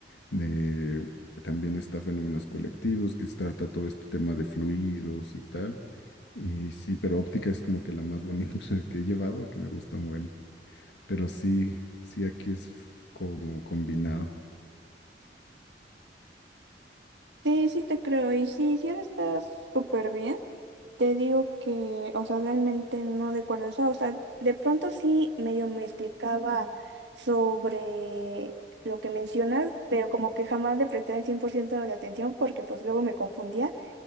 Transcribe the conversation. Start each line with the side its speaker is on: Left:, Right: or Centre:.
Left: De, también está fenómenos colectivos, que se trata todo este tema de fluidos y tal. Y sí, pero óptica es como que la más bonita <laughs> que he llevado, que me gusta mucho. Pero sí, sí, aquí es f- como combinado.
Right: Sí, sí te creo. Y sí, sí ahora está súper bien. Te digo que, o sea, realmente no recuerdo eso. O sea, de pronto sí medio me explicaba sobre lo que mencionas, pero como que jamás le presté el 100% de la atención porque pues luego me confundía.